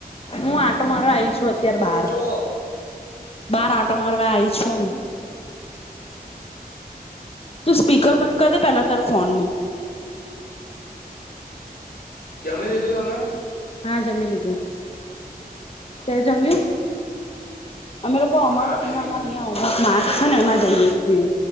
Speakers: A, on the left (about 40°); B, on the left (about 80°).
A: હું આંટો મારવા આવી છું
B: શું
A: અત્યારે
B: કરો
A: બહાર
B: છો?
A: બહાર આંટો મારવા આવી
B: હમ્મ
A: છું તું સ્પીકર બંધ કર દે, પેલા તાર ફોન નુ
B: જમી લીધું તમે?
A: હા જમી લીધું. તે જમ્યું? અમે લોકો અમર
B: હા મેં
A: અહંયા
B: બી
A: અમાર
B: જમી
A: અિયાં
B: લીધું
A: અ માક છે ને એમાં જઈએ છીએ.